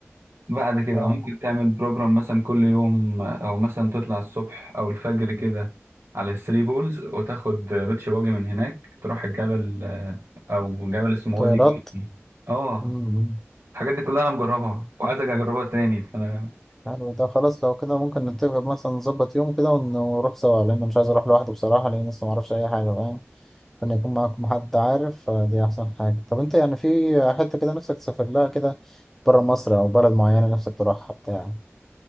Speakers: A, on the right (about 65°); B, in the centre.
A: بعد كده
B: اه
A: ممكن تعمل بروجرام مثلا كل يوم أو مثلا تطلع الصبح أو الفجر كده على الثري بولز وتاخد بيتش باجي من هناك تروح الجبل آه، أو جبل اسمه
B: طيارات
A: وادي جدي. اه
B: مم.
A: الحاجات دي كلها أنا مجربها وعايز أجي أجربها تاني فأنا
B: يعني ده خلاص لو كده ممكن نتفق مثلا نظبط يوم كده ون- ونروح سوا لأن مش عايز أروح لوحدي بصراحة لأن لسه معرفش أي حاجة فاهم إن يكون معاكم حد عارف آه، دي أحسن حاجة طب أنت يعني في حتة كده نفسك تسافر لها كده برا مصر أو بلد معينة نفسك تروحها بتاع